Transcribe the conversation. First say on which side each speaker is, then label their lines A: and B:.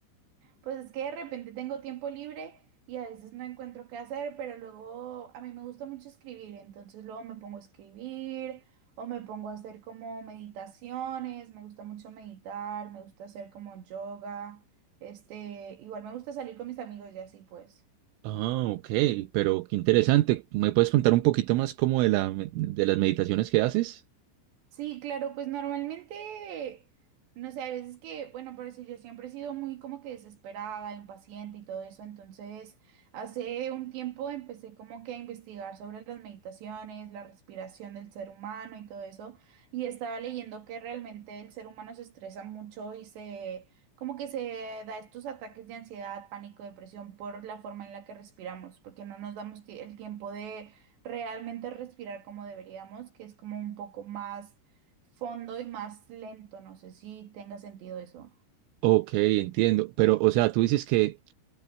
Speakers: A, on the right; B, on the right.
A: Pues es que de repente tengo tiempo libre y a veces no encuentro qué hacer, pero luego a mí me gusta mucho escribir, entonces luego me pongo a escribir o me pongo a hacer como meditaciones, me gusta mucho meditar, me gusta hacer como yoga, este, igual me gusta salir con mis amigos y así pues.
B: Ah, ok, pero qué interesante. ¿Me puedes contar un poquito más como de la, de las meditaciones que haces?
A: Sí, claro, pues normalmente, no sé, hay veces que, bueno, pero si yo siempre he sido muy como que desesperada, impaciente y todo eso, entonces hace un tiempo empecé como que a investigar sobre las meditaciones, la respiración del ser humano y todo eso, y estaba leyendo que realmente el ser humano se estresa mucho y se, como que se da estos ataques de ansiedad, pánico, depresión por la forma en la que respiramos, porque no nos damos ti- el tiempo de realmente respirar como deberíamos, que es como un poco más fondo y más lento. No sé si tenga sentido eso.
B: Ok, entiendo. Pero, o sea, tú dices que